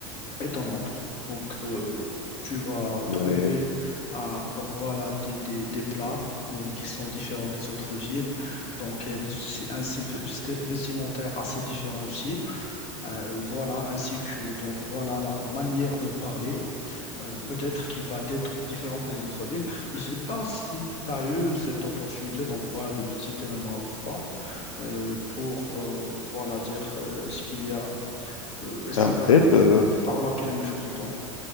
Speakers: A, on the left; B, on the left.
A: étonnante. Donc, euh, tu vas
B: Ouais.
A: trouver ah, donc voilà, des, des, des plats euh, qui sont différents des autres villes. Donc, euh, des- si, un style vesti- vestimentaire assez différent aussi. Euh, voilà, ainsi que donc voilà la, la manière de parler. euh, peut-être qu'il va être différent que les autres villes. Je ne sais pas si tu as eu cette opportunité donc voilà, de visiter le Maroc ou pas euh, pour euh, voilà, dire euh, ce qu'il y a. Euh, est-ce
B: Et
A: que
B: en
A: tu as,
B: fait,
A: t'as,
B: euh,
A: t'as t'as remarqué la même chose ou pas?